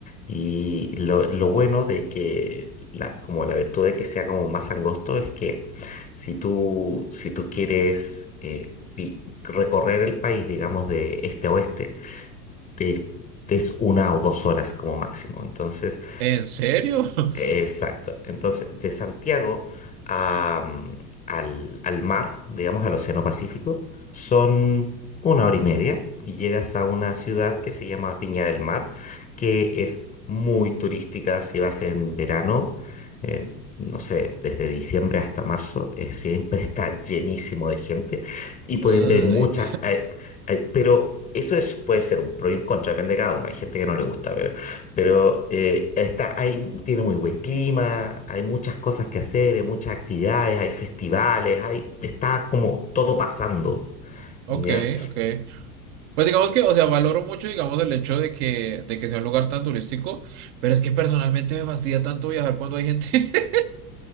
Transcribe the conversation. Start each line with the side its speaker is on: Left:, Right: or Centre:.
Left: Y lo, lo bueno de que, la, como la virtud de que sea como más angosto, es que si tú, si tú quieres eh, vi- recorrer el país, digamos, de este a oeste, te- te es una o dos horas como máximo. Entonces,
Right: ¿En serio? <laughs>
Left: Exacto. Entonces, de Santiago a, mm, al, al mar, digamos al Océano Pacífico, son una hora y media y llegas a una ciudad que se llama Viña del Mar, que es muy turística si vas en verano. eh, No sé, desde diciembre hasta marzo, eh, siempre <laughs> está llenísimo de gente y por
Right: Uy.
Left: ende hay muchas, hay- hay- pero eso es, puede ser un pro y un contra, depende de cada uno. Hay gente que no le gusta, pero eh, está, hay, tiene muy buen clima, hay muchas cosas que hacer, hay muchas actividades, hay festivales, hay, está como todo pasando,
Right: Ok,
Left: ¿ya?
Right: ok. Pues digamos que, o sea, valoro mucho, digamos, el hecho de que, de que sea un lugar tan turístico, pero es que personalmente me fastidia tanto viajar cuando hay gente. <laughs>